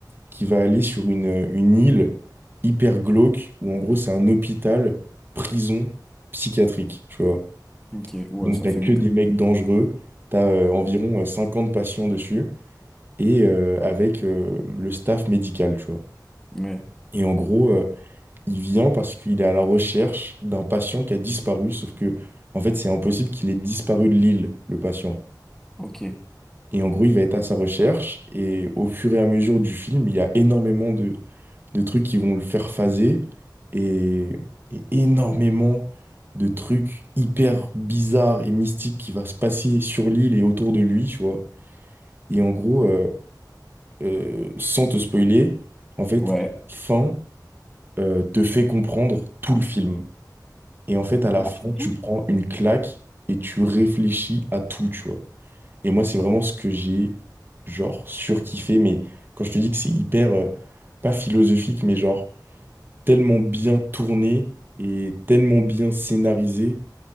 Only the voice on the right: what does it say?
qui va aller sur une, euh, une île hyper glauque, où en gros, c'est un hôpital, prison psychiatrique, tu vois.
Donc,
t'as
que
des mecs dangereux, t'as euh, environ euh, 50 patients dessus, et euh, avec euh, le staff médical, tu vois.
Et en gros, euh, Il vient parce qu'il est à la recherche d'un patient qui a disparu, sauf que, en fait, c'est impossible qu'il ait disparu de l'île, le patient.
Et en gros, il va être à sa recherche, et au fur et à mesure du film, il y a énormément de, de trucs qui vont le faire phaser, et, et énormément de trucs hyper bizarres et mystiques qui va se passer sur l'île et autour de lui, tu vois. Et en gros, euh, euh, sans te spoiler, en fait,
fin, euh, te fait comprendre tout le film. Et en fait, à la
fin, tu
prends une claque et tu réfléchis à tout, tu vois. Et moi, c'est vraiment ce que j'ai, genre, surkiffé. Mais quand je te dis que c'est hyper, euh, pas philosophique, mais genre, tellement bien tourné et tellement bien scénarisé